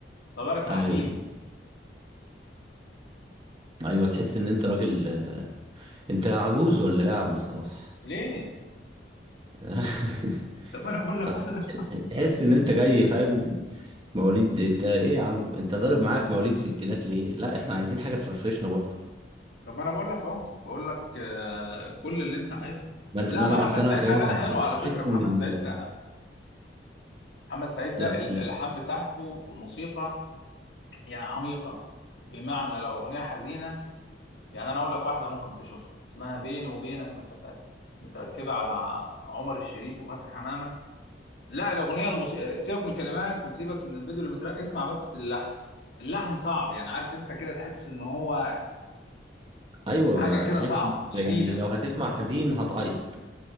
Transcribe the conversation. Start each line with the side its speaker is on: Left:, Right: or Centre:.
Left: طب بالك في حكيم
Right: ايوه ايوه تحس ان انت راجل آه، انت عجوز ولا ايه يا عم صلاح
Left: ليه
Right: <laughs>
Left: طب انا بقول لك
Right: أصل
Left: كل
Right: تحس ان انت جاي فاهم مواليد انت ايه يا عم انت ضارب معايا في مواليد ستينات ليه لا احنا عايزين حاجه تفرفشنا برضه
Left: طب ما انا بقول لك اهو بقول لك آه، كل اللي انت عايزه
Right: ما انت
Left: لا
Right: ما
Left: محمد
Right: انا اصل انا
Left: سعيد
Right: هفهمك
Left: ده غنى
Right: على
Left: حلو
Right: حاجه
Left: على
Right: بحس
Left: فكره محمد
Right: ان ال...
Left: سعيد ده محمد سعيد
Right: لا
Left: ده
Right: قول
Left: ال- الالحان بتاعته والموسيقى يعني عميقه بمعنى لو اغنيه حزينه يعني انا اقول لك واحده ممكن تشوفها اسمها بيني وبينك مسافات متركبه على ع- عمر الشريف وفاتن حمامه لا الاغنيه الموسيقى سيبك من الكلمات وسيبك من الفيديو اللي متركب اسمع بس اللحن اللحن صعب يعني عارف انت كده تحس ان هو
Right: ايوه
Left: حاجه
Right: ما
Left: كده
Right: تحس
Left: صعبه
Right: انك
Left: شديده
Right: يعني لو هتسمع حزين هتعيط